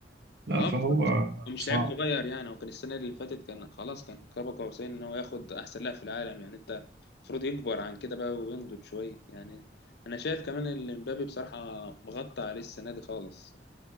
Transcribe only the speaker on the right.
لا
فهو
صعب